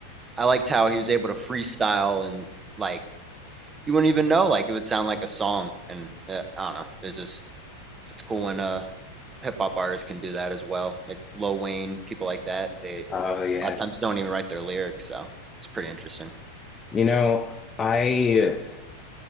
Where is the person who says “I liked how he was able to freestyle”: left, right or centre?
Right